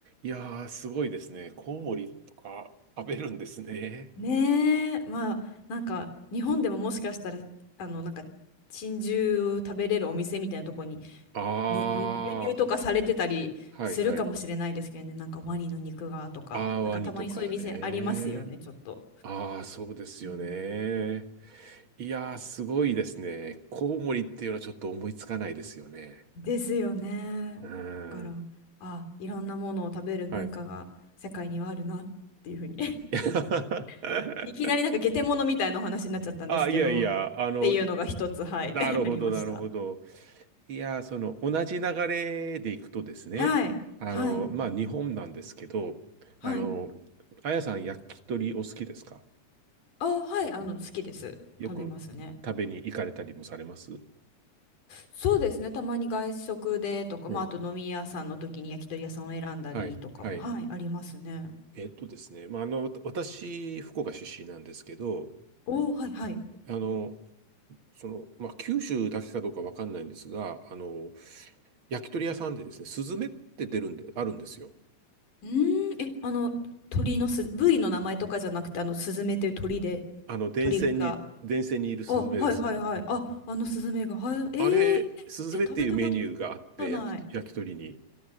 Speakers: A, on the right; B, on the left.
A: いやー、すごいですね。コウモリとか食べるんですね。
B: ねえ、まあなんか日本でももしかしたらあのなんか珍獣食べれるお店みたいなとこに
A: ああ、
B: ね輸輸入とかされてたりするかもしれないですけどねなんかワニの肉がとかなんかたまにそういう店ありますよねちょっと。
A: はいはい。あー、ワニとかね。ああ、そうですよね。
B: うん
A: いやー、すごいですね。コウモリっていうのはちょっと思いつかないですよね。
B: ですよね。
A: うー
B: だから、
A: ん。
B: あ、いろんなものを食べる文化が世界にはあるなっていうふうに
A: はい。<laughs>
B: <laughs> いきなりなんか下手者みたいなお話になっちゃったんですけど、
A: あ、いやいや、
B: っ
A: あの、
B: ていうのが一つ、はい、
A: なるほど、
B: <laughs> ありました。
A: なるほど。いや、その、同じ流れでいくとですね、
B: はい、
A: あの、
B: はい、
A: まあ、日本なんですけど、
B: はい。
A: あの、あやさん、焼き鳥お好きですか
B: あ、はい、あの、好きです。
A: よく食べに行かれたりもされます
B: 食べますね。そうですね、たまに外食でとか、
A: うん。
B: まあ、あと飲み屋さんの時に焼き鳥屋さんを選んだりとかも、
A: はい、はい。
B: はい、ありますね。
A: えっとですね、まあ、あの、わた私、福岡出身なんですけど、
B: おー、はい、はい。
A: あの、その、まあ、九州だけかどうかわかんないんですが、あの、焼き鳥屋さんでですね、スズメって出るんで、あるんですよ。
B: うーん、え、あの、鳥のす、部位の名前とかじゃなくて、あの、スズメという鳥で、
A: あの、電線に、
B: 鳥が。
A: 電線にいるスズメです。
B: あ、はいはいはい。あ、あのスズメが。はい、えー、
A: あれ、スズメっていうメニューがあって、
B: え食べたことない。
A: 焼き、焼き鳥に。